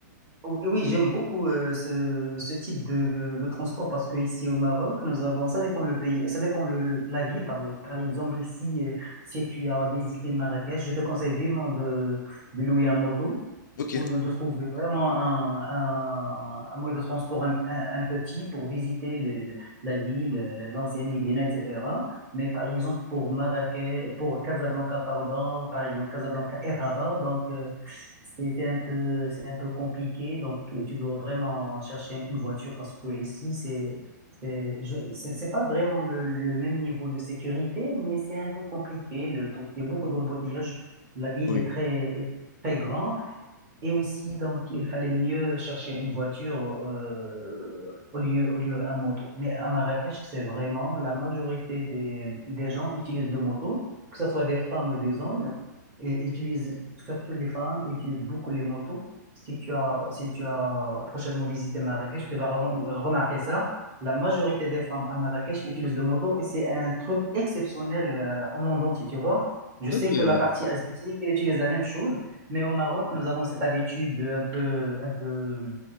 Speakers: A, on the right; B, on the left.
A: Ou- Oui, j'aime beaucoup euh, ce, ce type de, de transport parce que ici au Maroc, nous avons, ça dépend le pays, ça dépend le, le- la ville. Par, par exemple, si, euh, si tu as visité Marrakech, je te conseille vivement de, de louer un moto
B: Ok,
A: ou de, de trouver vraiment un, un, un moyen de transport un, un, un peu petit pour visiter le, le- la ville, euh, l'ancien Médina, etc. Mais par exemple, pour Marrakech, pour Casablanca, pardon, par exemple, Casablanca et Rabat, donc, euh, c'est c'est un peu, c'est un peu compliqué. Donc, euh, tu dois vraiment chercher une voiture parce que ici, c'est, c'est, je- c'est c'est pas vraiment le, le même niveau de sécurité, mais c'est un peu compliqué. Le, donc, il y a beaucoup d'embouteillages. La ville
B: oui.
A: est très, est très grande. Et aussi, donc, il fallait mieux chercher une voiture euh, au lieu, au lieu un moto. Mais à Marrakech, c'est vraiment la majorité des, des gens utilisent le moto, que ce soit des femmes ou des hommes, et utilisent, surtout les femmes, utilisent beaucoup les motos. Si tu as, si tu as prochainement visité Marrakech, tu vas re- euh, remarquer ça. La majorité des femmes à Marrakech utilisent le moto et c'est un truc exceptionnel euh, au monde entier, tu vois. Je sais
B: Ok,
A: que la partie asiatique, elle utilise la même chose. Mais au Maroc, nous avons cette habitude un peu, un peu,